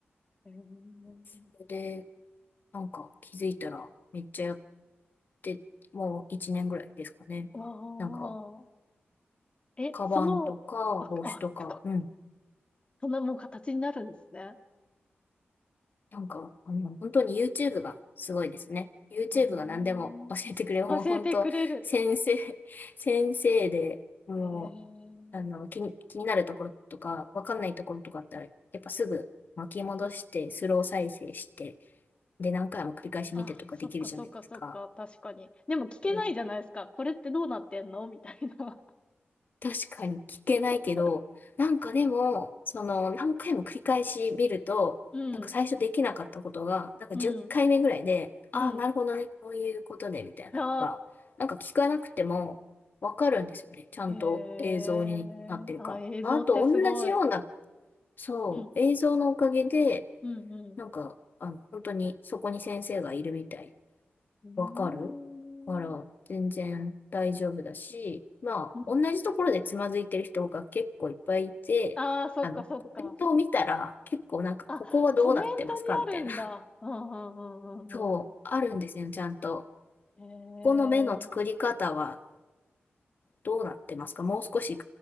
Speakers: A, on the left; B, on the left.
A: へえ、
B: それで、なんか気づいたらめっちゃやって、もう1年ぐらいですかね。
A: わあ、
B: なんか、
A: え、
B: カバンとか帽子とか、
A: その、あ、あ、すごい。
B: うん。
A: そんなもう形になるんですね。
B: なんか、あの、本当に YouTube がすごいですね。YouTube
A: あー
B: が何でも教えてくれる。もう本当、
A: 教えてくれる。
B: 先生、<laughs> 先生で、も
A: へえ。
B: う、あの、気に、気になるところとか、わかんないところとかあったら、やっぱすぐ巻き戻して、スロー再生して、で、何回も繰り返し見てとかできるじゃないですか。
A: あ、そっかそっかそっか、確かに。でも聞けないじゃないですか。
B: うん
A: これってどうなってんのみたいな。
B: 確かに聞けないけど、
A: <laughs>
B: なんかでも、その、何回も繰り返し見ると、
A: うん、
B: なんか最初できなかったことが、なんか10回目ぐらいで、
A: うん、
B: ああ、
A: うん。
B: なるほどね、こういうことね、みたいなのが、
A: あ
B: なんか聞かなくてもわかるんですよね。ちゃんと映像になってるから。
A: あ、へえ、あ、映像ってすごい。
B: まあ、あと、同じような、そう、
A: うん、
B: 映像のおかげで、
A: うん、うん。
B: なんか、あの、本当にそこに先生がいるみたい
A: うーん、
B: わかるから、全然大丈夫だし、まあ、
A: うん。
B: 同じところでつまずいてる人が結構いっぱいいて、
A: ああ、そっかそっか。
B: あの、コメントを見たら、結構なんか、
A: あ、
B: ここはどうなってますかみたいな。
A: コメントにあるんだ。うん、うん、うん、
B: そう、
A: うん。うん
B: あるんですよ、ちゃんと。
A: へえ、
B: ここの目の作り方は、どうなってますかもう少し